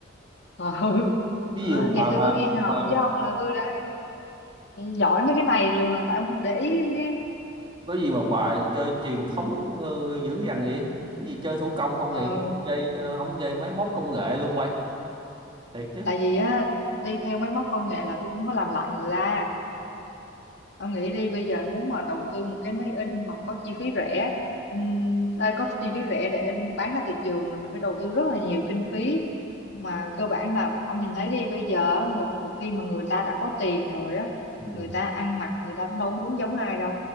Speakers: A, on the left; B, on the right.
A: Ờ, <laughs> ừ.
B: ví
A: Ờ,
B: dụ bà
A: ngày xưa
B: bà
A: tôi đi học
B: bà
A: với ông là tôi đã giỏi mấy cái này rồi mà tại ông không để ý chứ
B: có gì mà bà chơi truyền thống ờ, dữ dằn vậy cái gì chơi thủ công không
A: ừ
B: vậy chơi ờ, không chơi máy móc công nghệ luôn bay thiệt chứ
A: tại vì á đi theo máy móc công nghệ là tôi không có làm lại người ta ông nghĩ đi bây giờ muốn mà đầu tư một cái máy in mà có chi phí rẻ ừm, ai có chi phí rẻ để bán ra thị trường là mình phải đầu tư rất là nhiều kinh phí mà cơ bản là ông nhìn thấy đi bây giờ á, người, một khi mà người ta đã có tiền rồi á
B: Ừ.
A: người ta ăn mặc người ta cũng đâu muốn giống ai đâu